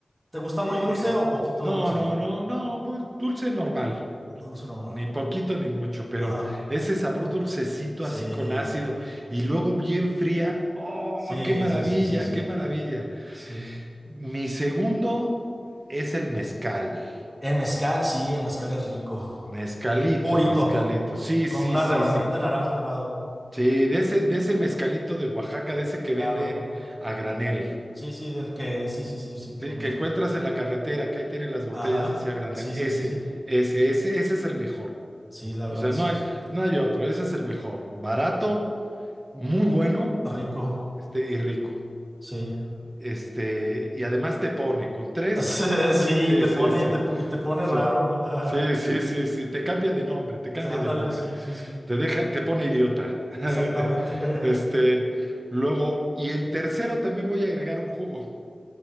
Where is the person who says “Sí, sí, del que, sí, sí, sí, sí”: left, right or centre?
Centre